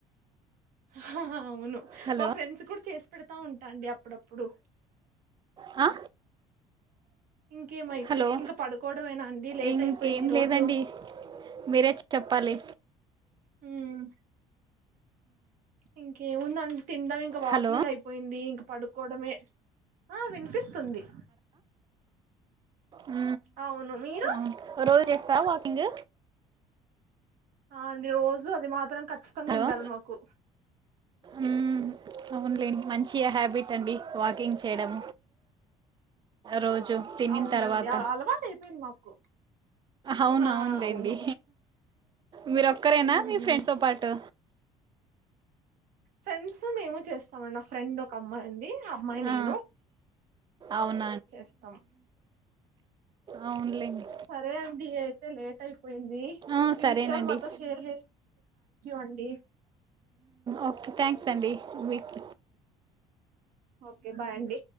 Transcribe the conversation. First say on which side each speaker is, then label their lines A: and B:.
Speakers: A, on the right; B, on the right.
A: ఆహా హా అవును.
B: హలో
A: మా ఫ్రెండ్స్ కూడా చేసి పెడతా ఉంటా అండి. అప్పుడప్పుడు
B: హా
A: ఇంకేమైతే
B: హలో
A: ఇంకా పడుకోవడమేనా అండి లేట్
B: ఇంకేం
A: అయిపోయింది ఈ రోజు
B: లేదండి. మీరే చెప్పాలి
A: హ్ ఇంకేం ఉంది అండి తినడం ఇంకా వాకింగ్
B: హలో
A: అయిపోయింది. ఇంక పడుకోవడమే ఆ వినిపిస్తుంది.
B: హ్
A: అవును మీరు
B: అవును ఓ రోజు చేస్తవా వాకింగ్
A: ఆల్ రోజు అది మాత్రం ఖచ్చితంగా
B: హలో
A: ఉండాలి. మాకు
B: మ్మ్, అవునులేండి. మంచి హ్యాబిట్ అండి వాకింగ్ చేయడం. రోజు తిన్నీన్
A: అవునండి
B: తర్వాత
A: అలా అలవాటు అయిపోయింది మాకు
B: అవునఅవునులేండి
A: ఆ అవును
B: మీరూ ఒక్కరేనా
A: ఉమ్
B: మీ ఫ్రెండ్స్ తో పాటు
A: ఫ్రెండ్స్ మేము చేస్తామండి. మా ఫ్రెండ్ ఒక అమ్మాయి ఉంది. అమ్మాయి నేను
B: ఆ అవును
A: చేస్తాం
B: అవునులేండి
A: సరే అండి అయి తే లేట్ అయి పోయింది
B: ఆ,
A: మీ
B: సరేనండి
A: విషయాలు మాతో షేర్ అండి
B: ఓకే థ్యాంక్స్ అండి మీట్
A: ఓకే బాయండి